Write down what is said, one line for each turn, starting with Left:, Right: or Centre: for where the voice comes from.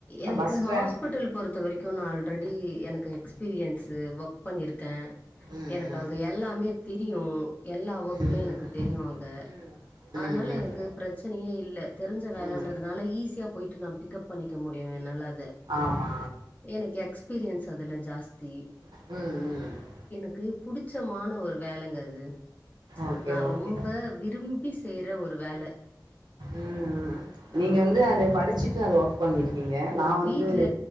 Left: எனக்கு
Right: பஸ்
Left: ஹாஸ்
Right: ட்ரா
Left: பிட்டல் பொறுத்த வரைக்கு நா ஆல்ரெடி எனக்கு எக்ஸ்பீரியன்ஸு ஒர்க் பண்ணியிருக்கே
Right: ம்
Left: எனக்கு
Right: ம்
Left: அங்க எல்லாமே தெரியு எல்லா ஒர்க்மே
Right: ம்
Left: எனக்கு தெரியு அங்க
Right: ம்
Left: அதனால
Right: ம்
Left: எனக்கு
Right: ம்
Left: பிரச்சனையே இல்ல தெரிஞ்ச வேலன்றதுனால
Right: ம்
Left: ஈஸியா போயிட்டு நா பிக்கப் பண்ணிக்க முடியு என்னால அத
Right: ஆமா
Left: எனக்கு எக்ஸ்பீரியன்ஸ் அதுல ஜாஸ்தி
Right: ம் ம்
Left: எனக்கு புடிச்சமான ஒரு வேலங்க அது
Right: ஓகே
Left: நா
Right: ஓகே
Left: ரொம்ப விரும்பி செய்ற ஒரு வேல
Right: ம் ம்
Left: அ
Right: நீங்க வந்து அது படிச்சுட்டு அந்த ஒர் க் பண்ணிருக்கீங்க
Left: நான்
Right: நா வந்து
Left: வீட்ல